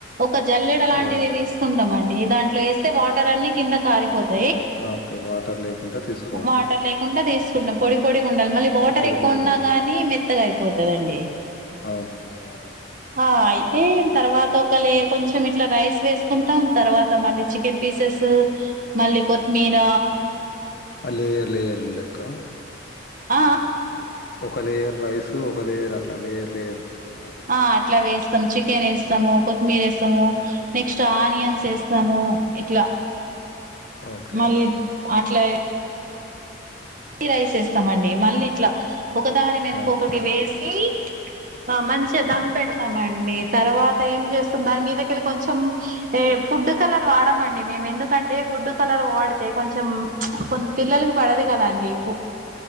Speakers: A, on the right (about 45°); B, on the left (about 50°).
A: ఒక జల్లెడ లాంటిది
B: ఆ
A: తీసుకుంటాండి దాంట్లో వేస్తే వాటర్ అన్ని కింద కారిపోత
B: ఆ, ఓకే వాటర్ లేకుండా తీసుకోవాలి
A: వాటర్ లేకుండా తీసుకుంటే పొడి డాలి మళ్ళీ వాటర్
B: పొడి
A: ఎక్కువ
B: పొడిగా
A: ఉన్నా
B: ఉండేటట్టు
A: కానీ మెత్తగా అయిపోతుందండి
B: అవునండి ఆ
A: ఆ అయితే తర్వాత ఒకళ కొంచెం ఇట్లా రైస్ వేసుకుంటాం తర్వాత మళ్ళీ చికెన్ పీస్ మళ్ళీ కొత్తిమీర
B: లేయర్ లేయర్ లెక్క
A: ఆ
B: ఒక లేయర్ రైస్ ఒక లేయర్ అట్లా లేయర్ లేయర్ మాదిరిగా
A: ఆ అట్లా వేస్తాం చికెన్ వేస్ స్తాము కొత్తిమీర వేస్తాము నెక్స్ట్ ఆనియన్స్ వేస్తాము ఇట్లా
B: ఓకే
A: మళ్ళీ అట్లా రైస్ వేస్తామండి మళ్ళీ ఇట్లా ఒకదాని వెనుక
B: ఆ
A: ఒకటి వేసి ఆ మంచిగా దం పెడతామండి తర్వాత ఏం చేస్తాం దాని మీదకెళ్ళి కొంచెం ఏ ఫుడ్ కలర్ వాడమండి మేము ఎందుకంటే ఫుడ్ కలర్ వాడితే కొంచెం పిల్లలకి పడదు కదండి ఎపు